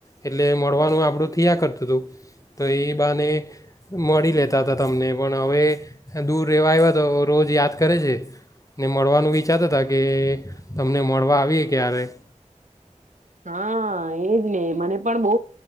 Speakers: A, on the left; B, on the right.
A: એટલે મળવાનું આપણું થયા કરતું હતું તો એ બાને મળી લેતા હતા તમને પણ હવે દૂર રહેવા આવ્યા તો રોજ યાદ કરે છે. મળવાનું વિચારતા કે તમને મળવા આવીએ ક્યારેક.
B: હા એજ ને મને પણ બહુ